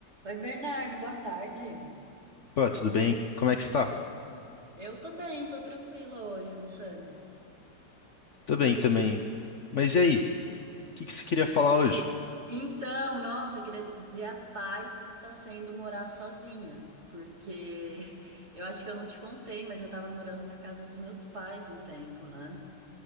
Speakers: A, on the right (about 40°); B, on the left (about 50°).
A: Oi, Bernardo, boa tarde.
B: Pô, tudo bem? Como é que está?
A: Eu tô bem, tô tranquila hoje, você?
B: Tô bem também. Mas e aí? O que que você queria falar hoje?
A: Então, nossa, eu queria dizer a paz que está sendo morar sozinha, porque <laughs> eu acho que eu não te contei, mas eu tava morando na casa dos meus pais um tempo, né?